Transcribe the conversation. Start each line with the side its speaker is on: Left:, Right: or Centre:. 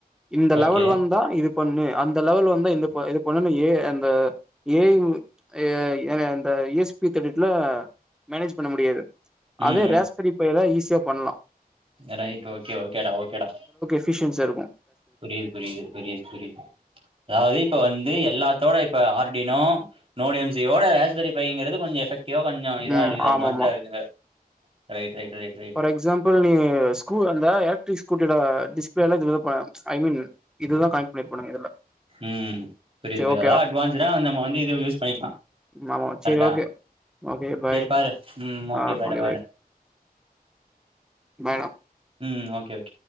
Centre: இந்த
Right: ஓகே
Centre: லெவல் வந்தா இதுப் பண்ணு அந்த லெவல் வந்தா இந்தப் இது பண்ணு ஏய் அந் ஏ ஐ எ ஏ இந்த இ எஸ் பி ததெர்டி டூவ்ல மேனேஜ் பண்ண முடியாது
Right: ம்
Centre: அதே ரேஸ்பரி ஃபைல்ல ஈஸியா பண்லா
Right: ஏன்னா ஏ க்யூ ஓகே ஓகேடா ஓகேடா
Centre: எஃஷியன்ஸா இருக்கூ
Right: புரிது புரிது புரிது புரிது அதாவது இப்ப வந்து எல்லாத்தோட இப்ப ஆர் என் டினோ நோடி எம் சியோட ரோஸ்பரி பைங்கிறது கொஞ்சொ எஃப்க்ட் இவ கொஞ்சொ இதா
Centre: ம்
Right: இருக்குது அட்வான்ஸா
Centre: ஆமாமா
Right: இருக்குங்க right right right right
Centre: for example நீ ஸ்கூ அந்த எலக்ட்ரிக் ஸ்கூட்டியோட டிஸ்ப்ளோ எலா இந்த இதுல ஐ மீன் இதுதா கனெக்ட் பண்ணிருப்பானுங்க இதுல
Right: ம் புரித்
Centre: சரி
Right: புரித்
Centre: ஓகேடா
Right: எதா அட்வான்ஸ நம்ம வந்து இத யூஸ் பண்ணிக்கலா
Centre: அம்மாவா சரி
Right: கரெக்டா
Centre: ஓகே ஓகே பாய்
Right: சரி பாரு ம்
Centre: ஆ
Right: பாய்டா
Centre: ஓகே
Right: பாய்டா
Centre: பாய் பாய் டா
Right: ம் ஓகே ஓகே